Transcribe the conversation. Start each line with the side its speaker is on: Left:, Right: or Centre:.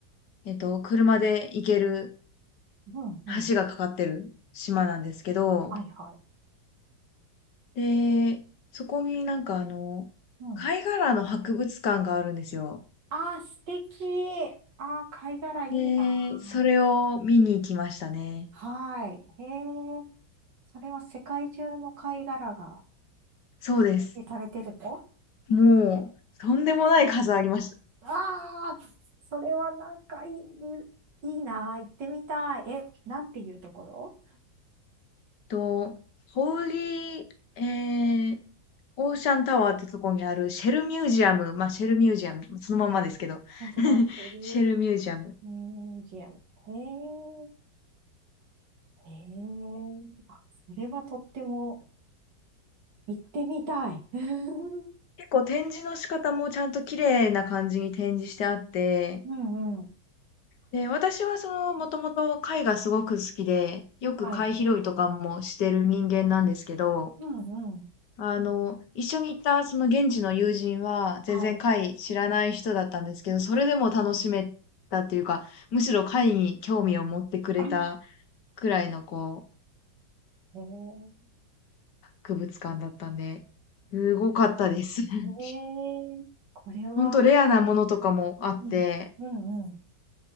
Left: えっと、車で行ける
Right: うんうん。
Left: 橋がかかってる島なんですけど、
Right: はいはい。
Left: で、そこになんかあの、
Right: うん。
Left: 貝殻の博物館があるんですよ。
Right: ああ、素敵。ああ、貝殻いいなー。
Left: で、それを見に行きましたね。
Right: はい。へえ。それは世界中の貝殻が
Left: そうです。
Right: 展示されてるの
Left: もう、とんでもない数ありました。
Right: ああ、それはなんかいい、ういいなあ、行ってみたい。え、なんていうところ
Left: と、ホーリー、えー、オーシャンタワーってとこにあるシェルミュージアム。まあ、シェルミュージアム。そのまんまですけど。
Right: え、本当だ、
Left: <laughs>
Right: チェル
Left: シェルミュージアム。
Right: ミュージアム。へえ、へえ、あ、それはとっても行ってみたい。<laughs> う
Left: 結構展示の仕方もちゃんと綺麗な感じに展示してあって、
Right: んうん。
Left: で、私はその、もともと貝がすごく好きで、よく貝拾いとかもしてる人間なんですけど、
Right: はい。うんうん。
Left: あの、一緒に行ったその現地の友人は全然貝知らない人だったんですけど、
Right: はい。
Left: それでも楽しめたというか、むしろ貝に興味を持ってくれた
Right: <laughs> あ
Left: くらいのこう、
Right: へえ、
Left: 博物館だったんで、すごかったです。<laughs>
Right: へえ、これは、
Left: ほんとレアなものとかもあって、
Right: うん、うんうん。